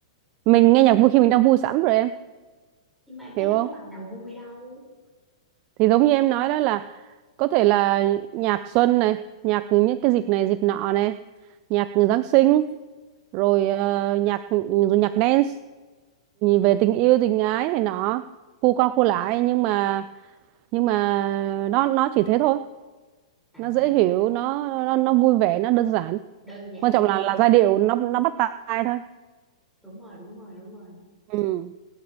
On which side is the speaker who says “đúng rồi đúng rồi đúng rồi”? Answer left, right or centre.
Centre